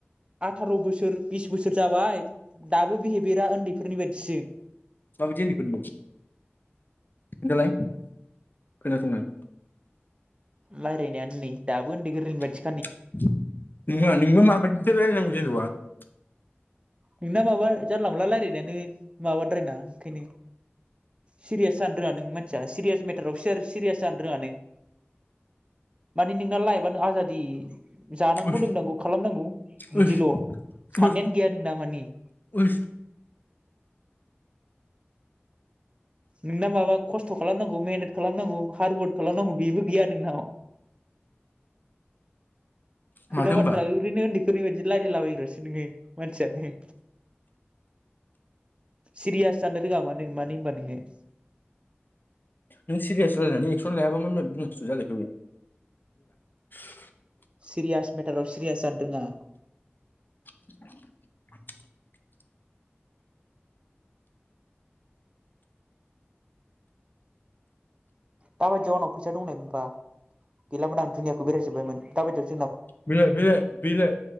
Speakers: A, on the right; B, on the left.
A: आथार' बोसोर बिस बोसोर जाबाय दाबो बिहेभियार दा उन्दैफोरनि बायदिसो
B: माबायदि उन्दैखौ खोनथालाय खोनासंनो आं
A: रायज्लायनायानो नै दाबो उन्दै गोरलैनि बादि
B: नोंलाय नोंलाय माबादि <unintelligible>
A: नोंना माबा जानला मोनला रायजलायनायानो माबाद्रायना ओंखायनो सिरियास जानो रोङा नों मानसिया सिरियास मेटाराव सिरियास जानो रोङा नों माने नोंना लायबानो आजादि जानांगौ
B: उस
A: लोंनांगौ खालामनांगौ बिदिल'
B: उस
A: साननायानो
B: उस
A: गैया नोंना माने <inaudible>
B: उस
A: नोंना माबा खस्थ' खालामनांगौ मेहनथ खालामनांगौ कारवर्ड खालामनांगौ बेबो गैया नोंनाव खोथा
B: माथो होनबा
A: बाथ्रा ओरैनो ओन्दै फोरनिबायदि रायलायलाबायग्रासो नोङो मानसियानो सिरियास जानो रोङा मानो मानो होनबा नोङो
B: नों सिरियास रायलायनानै <unintelligible>
A: सिरियास मेटाराव सिरियास जानो रोङा
B: <inaudible>
A: दाबायदियाव आंनाव फैसा दंनाय मोनबा गैलामामोन आं दुनियाखौ बेरायजोब्बायमोन दाब बायदियाव
B: बेलाय बेलाय बेलाय